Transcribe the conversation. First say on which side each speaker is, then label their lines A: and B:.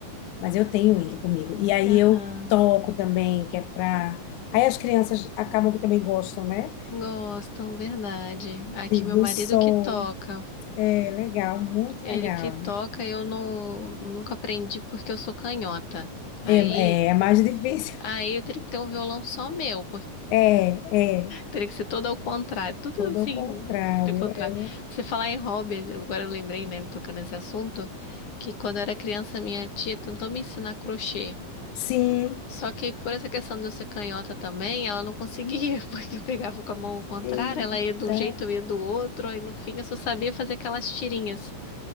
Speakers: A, on the left; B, on the left.
A: mas eu tenho ele comigo. E aí
B: Aham.
A: eu toco também, que é pra. Aí as crianças acabam que também gostam, né?
B: Gostam, verdade. Aqui
A: De-
B: meu
A: do
B: marido
A: som.
B: que toca.
A: É legal, muito
B: Ele
A: legal.
B: que toca, eu não nunca aprendi porque eu sou canhota. Aí,
A: É, é, é mais difícil.
B: aí
A: <laughs>
B: eu teria que ter um violão só meu,
A: É, é,
B: Teria que ser todo ao contrário, tudo
A: tudo
B: assim,
A: ao contrário.
B: do contrário.
A: É,
B: Você falar em hobby, eu- agora eu lembrei, né, tocando nesse assunto, que quando eu era criança, minha tia tentou me ensinar crochê.
A: Sim.
B: Só que por essa questão de eu ser canhota também, ela não conseguia, <laughs> porque eu pegava com a mão ao contrário,
A: Eita.
B: ela ia de um jeito, eu ia do outro, aí no fim eu só sabia fazer aquelas tirinhas,